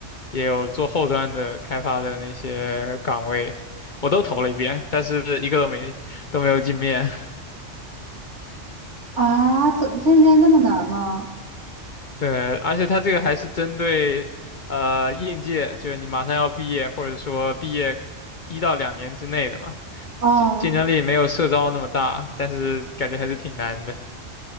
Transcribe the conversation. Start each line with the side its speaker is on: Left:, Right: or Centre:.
Left: 也有做后端的开发的那些岗位，我都投了一遍，但是一个都没都没有进面。
Right: 啊，这这边那么难吗？
Left: <laughs> 对，而且它这个还是针对呃应届，就是你马上要毕业，或者说毕业一到两年之内的嘛。
Right: 啊
Left: 竞竞争力没有社招那么大，但是感觉还是挺难的。